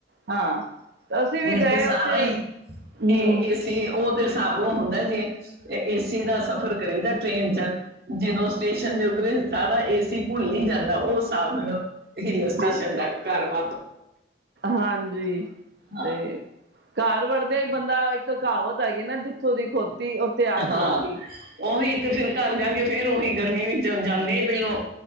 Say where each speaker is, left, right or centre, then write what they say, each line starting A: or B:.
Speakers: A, on the right; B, on the right.
A: ਹਾਂ ਅਸੀਂ ਵੀ
B: ਫਿਰ
A: ਗਏ
B: ਤੇ
A: ਉੱਥੇ
B: ਸਾਰਾ ਹੀ
A: ਹਮ
B: ਏਸੀ ਉਹ ਤੇ ਸਾਬੋ ਹੁੰਦਾ ਜੀ ਏਸੀ ਦਾ ਸਫ਼ਰ ਕਰੀਦਾ ਟ੍ਰੇਨ ਚ ਜਦੋਂ ਸਟੇਸ਼ਨ ਦੇ ਉੱਤਰੇ ਸਾਰਾ ਏ ਸੀ ਭੁੱਲ ਹੀ ਜਾਂਦਾ ਉਹ ਸਾਬ ਆ ਹਿਲ ਸਟੇਸ਼ਨ
A: ਹਾਂਜੀ
B: ਦਾ ਘਰਮ
A: ਹਾਂਜੀ
B: ਹਾਂ
A: ਤੇ ਘਰ ਹਾਰ ਵੜਦ ਹੀ ਬੰਦਾ ਇੱਕ ਕਾਵਤ ਹੈਗੀ ਨਾ ਜਿੱਥੋਂ ਦੀ ਖੋਤੀ ਆ ਖਲੋਤੀ
B: ਹਾਂ ਓਹੀ ਤੇ ਫਿਰ ਘਰ ਦੇ ਫਿਰ ਉਹੀ ਗਰਮੀ ਵਿੱਚ ਜਾਂਦੇ ਪਹਿਲੋਂ